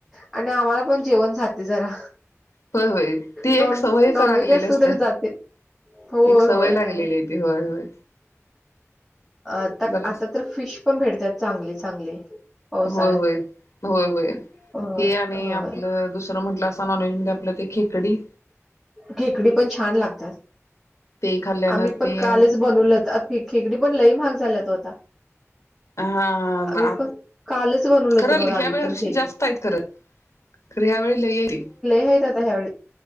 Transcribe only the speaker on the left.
होय होय ती
एक सवयच
लागलेली
असत्या
एक सवय
लागलेली
आहे ती व्हय व्हय.
जरा
होय होय, होय होय,
हे आणि
आपलं दुस र म्हटलं अस नॉनव्हेज मध्ये आपल्या ते खेकडी.
ते खाल्ल्यानं
ते
हा
खरं
ह्या
वेळी
जास्त आहेत खरं खरं यावेेळी लययती.